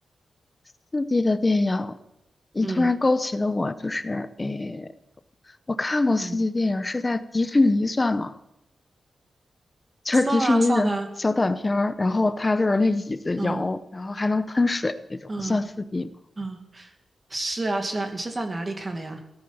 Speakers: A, on the left (about 20°); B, on the right (about 20°).
A: 刺激的电影，你突然勾起了我，
B: 嗯
A: 就是诶，我看过刺激电影是在迪士尼算吗？
B: 嗯，
A: 就是迪士尼的小短片儿，
B: 算啊算啊，
A: 然后它就是那椅子摇，
B: 嗯
A: 然后还能喷水那种，
B: 嗯
A: 算四 d 吗？
B: 嗯。是啊，是啊，你是在哪里看的呀？